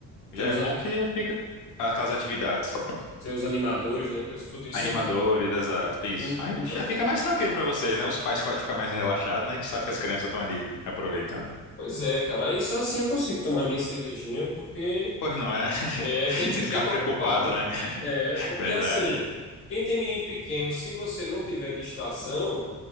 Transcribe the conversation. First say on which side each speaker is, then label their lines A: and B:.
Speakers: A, on the left; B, on the left.
A: Já
B: tem os,
A: é bom
B: a-
A: que já fica. Aquelas atividades.
B: tem os animadores, né? Coisa, tudo isso.
A: Animadores,
B: Ent-
A: exato. é Isso.
B: ent-
A: Aí
B: Então,
A: já fica mais tranquilo para vocês, né? Os pais podem ficar mais relaxados, né? Que sabe que as crianças estão ali aproveitando.
B: pois é, cara. Aí só assim eu consigo tomar minha cervejinha, porque.
A: Pois não é? <laughs>
B: É, tem que,
A: Sem
B: tem
A: ficar
B: que
A: preocupado,
B: ocupar, né?
A: né? <laughs>
B: É, porque
A: Verdade.
B: assim, quem tem menino pequeno, se você não tiver distração,